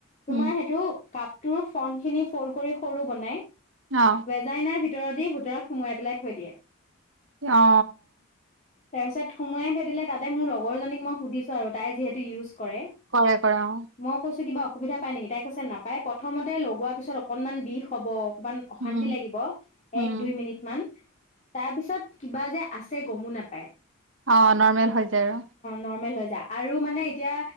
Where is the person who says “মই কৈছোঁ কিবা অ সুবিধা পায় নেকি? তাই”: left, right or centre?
Left